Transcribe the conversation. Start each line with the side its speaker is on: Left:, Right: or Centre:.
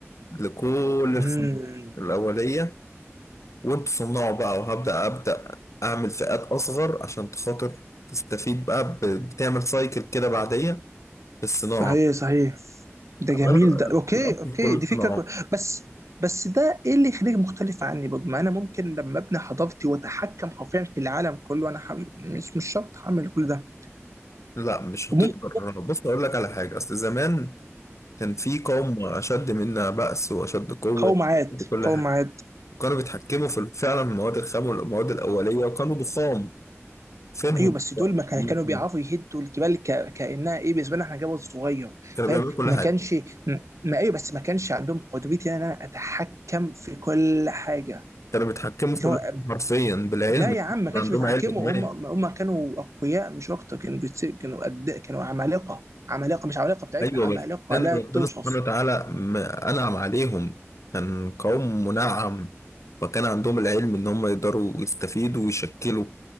Left: لكل
Right: مم.
Left: الخامات الاوليه وانتوا صنعوا بقى وهبدا ابدا اعمل فئات اصغر عشان خاطر تستفيد بقى ب- بتعمل سايكل كده بعديه بالصناعه
Right: صحيح صحيح ده
Left: أنا
Right: جميل ده اوكي
Left: الأصل
Right: اوكي
Left: في كل الصناعات
Right: دي فكره كو... بس بس ده ايه اللي يخليك مختلف عني برضه ما انا ممكن لما ابني حضارتي واتحكم حرفيا في العالم كله انا ح... مش مش شرط هعمل كل ده
Left: لا مش هتقدر
Right: وممكن
Left: بص اقول لك على حاجه اصل زمان كان في قوم اشد منا بأس واشد قوه
Right: قومعات
Left: وكل
Right: قومعات
Left: حاجه كانوا بيتحكموا في فعلا المواد الخام والمواد الاوليه وكانوا ضخام فينهم
Right: ايوه بس دول
Left: دلوقتي؟
Right: ما كان-
Left: هم
Right: كانوا
Left: الاثنين.
Right: بيعرفوا يهدوا الجبال ك... كانها ايه بالنسبه لنا احنا جبل صغير
Left: كانوا
Right: فاهم
Left: بيعملوا كل
Right: ما
Left: حاجه
Right: كانش ما ايوه بس ما كانش عندهم قدرتي يعني ان انا اتحكم في كل حاجه
Left: كانوا بيتحكموا في
Right: اللي
Left: كل
Right: هو
Left: حاجه حرفيا بالعلم
Right: لا يا عم ما
Left: كان
Right: كانش
Left: عندهم
Right: بيتحكموا
Left: علم كمان
Right: هم هم كانوا اقوياء مش اكتر كانوا بيتس... كانوا قد... كانوا عمالقه عمالقه مش عمالقه بتاعتنا
Left: ايوه
Right: عمالقه
Left: بس لان
Right: لا
Left: ربنا
Right: توصف
Left: سبحانه وتعالى م- انعم عليهم كان قوم منعم فكان عندهم العلم ان هم يقدروا يستفيدوا ويشكلوا